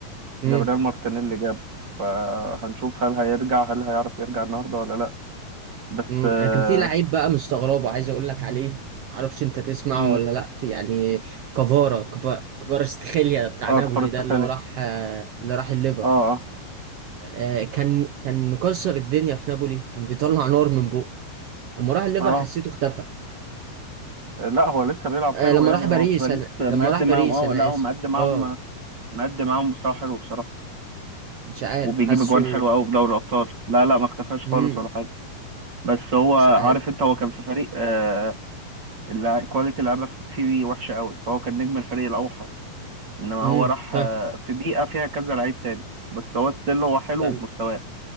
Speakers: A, on the right (about 85°); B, on the right (about 35°).
A: امم
B: جابريال مارتينيلي جابه فهنشوف هل هيرجع هل هيعرف يرجع النهارده ولا لا بس
A: امم
B: اه
A: انا كان في لعيب بقى مستغربه عايز اقول لك عليه معرفش انت تسمعه
B: مم.
A: ولا لا يعني كفارا كفا- كفارا استخيليا بتاع
B: آه،
A: نابولي
B: كفارة
A: ده
B: سخالي
A: اللي هو راح آه، اللي راح الليفر
B: اه اه
A: آه، كان كان مكسر الدنيا في نابولي كان بيطلع نار من بقه لما راح الليفر
B: اه
A: حسيته اختفى
B: لا هو لسه بيلعب
A: آه
B: حلو
A: لما
B: يعني
A: راح باريس
B: هو في باريس
A: انا
B: مقدم
A: لما راح باريس
B: معاهم اه
A: انا
B: لا هو
A: اسف
B: مقدم معاهم
A: اه
B: مقدم معاهم مستوى حلو بصراحة
A: مش عارف
B: وبيجيب
A: حاسه
B: اجوان حلوة قوي في دوري الابطال لا لا ما اختفاش
A: امم
B: خالص ولا حاجة بس هو
A: مش
B: عارف
A: عارف
B: انت هو كان في فريق آه اللع- كواليتي اللعيبة فيه وحشة قوي فهو كان نجم الفريق الاوحد انما
A: امم
B: هو راح
A: فاهم
B: آه في بيئة فيها كذا لعيب تاني بس هو ستيل هو حلو
A: فاهم.
B: بمستواه